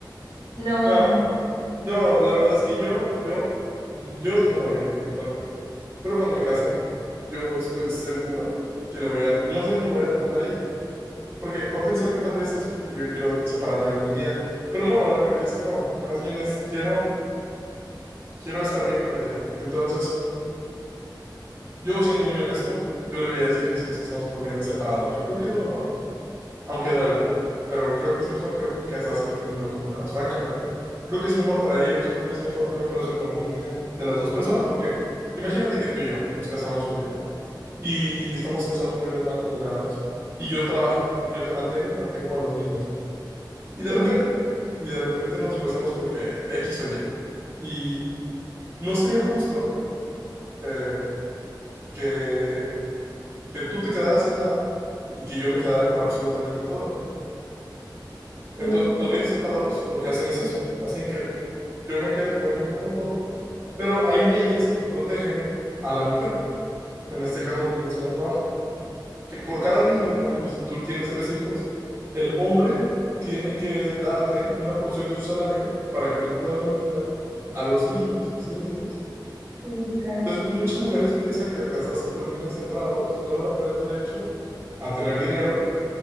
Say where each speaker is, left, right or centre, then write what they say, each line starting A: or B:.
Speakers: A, on the right; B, on the right.
A: No,
B: No,
A: no.
B: no, la verdad es que yo, yo, mm, yo no tengo novia actualmente, pero cuando me case, yo estoy seguro que le voy a, no sé cómo lo voy a tomar ella, porque va a pensar que tal vez es porque yo quiero separarme algún día, pero no, la realidad es que no, más bien es quiero Quiero estar bien con ella. Entonces, yo siendo muy honesto, yo le voy a decir que si nos casamos por bienes separados, yo creo que es lo mejor, aunque duela. Pero creo que es mejor que casarse por bienes mancomunados, francamente. Creo que es mejor para ellos, creo que es mejor también para su economía de las dos personas, porque imagínate que tú y yo nos casamos un día, ¿no? Y estamos casados por bienes mancomunados, y yo trabajo, y yo te mantengo y mantengo a los niños, ¿no? Y de
A: Sí.
B: repente, y de repente nos divorciamos porque X o Y. Y no sería justo. eh, que, que tú te quedaras sin nada y que yo me quedara con absolutamente todo.
A: Sí,
B: Entonces,
A: está.
B: los bienes separados lo que hacen es eso, hacen que yo me quede, por ejemplo, con todo, pero hay leyes que protegen a la mujer, en este caso a las mujeres que no trabajan, que por cada niño, por ejemplo, si tú tienes tres hijos, el hombre tiene que darte una porción de su salario para que tú puedas mantener a los niños, ¿sí me entiendes?
A: Sí, sí, claro.
B: Entonces, muchas mujeres piensan que al casarse por bienes separados no van a tener derecho a tener dinero